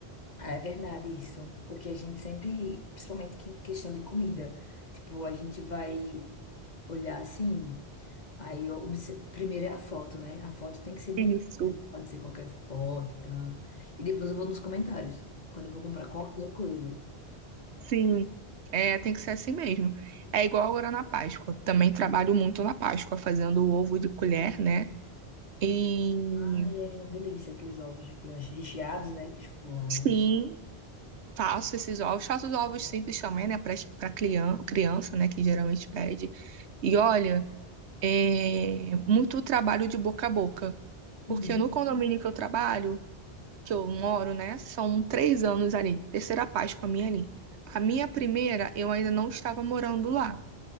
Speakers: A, on the left; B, on the right.
A: Ah, É verdade isso, porque a gente sempre, principalmente que- questão de comida, tipo, a gente vai olhar assim, aí obse- primeiro é a foto, né? A foto tem que ser bonita,
B: Isso.
A: não pode ser qualquer foto e tal. E depois eu vou nos comentários, quando eu vou comprar qualquer coisa.
B: Sim, é, tem que ser assim mesmo. É igual agora na Páscoa. Também trabalho muito na Páscoa, fazendo o ovo de colher, né? E
A: Ai, é uma delícia aqueles ovos de colher recheados, né? Tipo, lá.
B: sim, faço esses ovos. Faço os ovos simples também, né? Para para criança, criança, né? Que geralmente pede. E olha, é muito trabalho de boca a boca.
A: Uhum.
B: Porque no condomínio que eu trabalho, que eu moro, né? São três anos ali. Terceira Páscoa minha ali. A minha primeira, eu ainda não estava morando lá.